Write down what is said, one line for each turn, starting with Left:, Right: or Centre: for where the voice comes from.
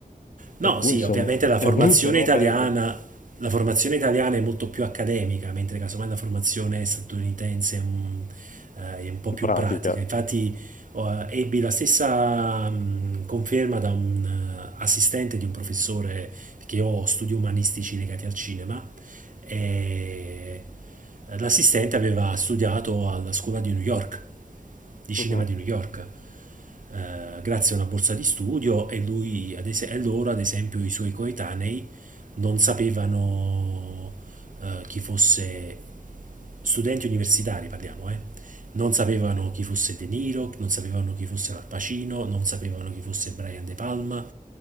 Left: Per
Right: No,
Left: cui
Right: sì,
Left: insomma
Right: ovviamente la
Left: è
Right: formazione
Left: brutto no,
Right: italiana,
Left: perdere
Right: la formazione italiana è molto più accademica, mentre casomai la formazione statunitense è un, eh, è un po'
Left: di
Right: più
Left: pratica.
Right: pratica. Infatti, oh, eh, ebbi la stessa mh, conferma da un eh, assistente di un professore, perché io ho studi umanistici legati al cinema, e l'assistente aveva studiato alla scuola di New York di cinema
Left: Mhm.
Right: di New York, eh, grazie a una borsa di studio e lui, ad es- e loro, ad esempio, i suoi coetanei non sapevano eh, chi fosse studenti universitari, parliamo, eh. Non sapevano
Left: Mhm.
Right: chi fosse De Niro, non sapevano chi fosse Al Pacino, non sapevano chi fosse Brian De Palma.